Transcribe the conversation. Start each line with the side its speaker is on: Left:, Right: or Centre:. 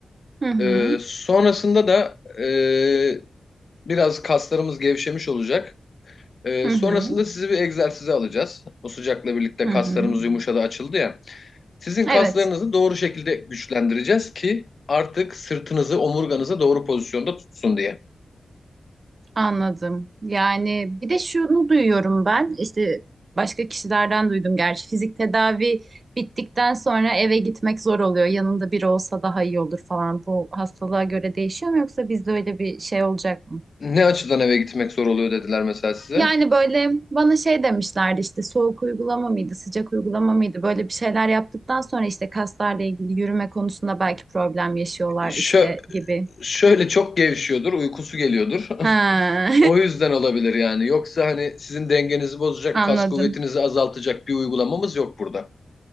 Right: Hı hı.
Left: E, sonrasında da e, biraz kaslarımız gevşemiş olacak. Ee,
Right: Hı
Left: sonrasında
Right: hı.
Left: sizi bir egzersize alacağız. O sıcakla birlikte
Right: Hı hı.
Left: kaslarımız yumuşadı, açıldı ya. Sizin kaslarınızı
Right: Evet,
Left: doğru şekilde güçlendireceğiz ki artık sırtınızı, omurganızı doğru pozisyonda tutsun diye.
Right: anladım. Yani bir de şunu duyuyorum ben, işte başka kişilerden duydum gerçi. Fizik tedavi bittikten sonra eve gitmek zor oluyor. Yanında biri olsa daha iyi olur falan. Bu hastalığa göre değişiyor mu yoksa bizde öyle bir şey olacak mı?
Left: Ne açıdan eve gitmek zor oluyor dediler mesela size.
Right: Yani böyle bana şey demişlerdi işte soğuk uygulama mıydı, sıcak uygulama mıydı? Böyle bir şeyler yaptıktan sonra işte kaslarla ilgili yürüme konusunda belki problem yaşıyorlar
Left: Şö
Right: işte gibi.
Left: şöyle çok gevşiyordur, uykusu geliyordur. <laughs>
Right: Ha.
Left: O yüzden olabilir yani. Yoksa hani sizin dengenizi bozacak,
Right: <laughs> Anladım,
Left: kas kuvvetinizi azaltacak bir uygulamamız yok burada.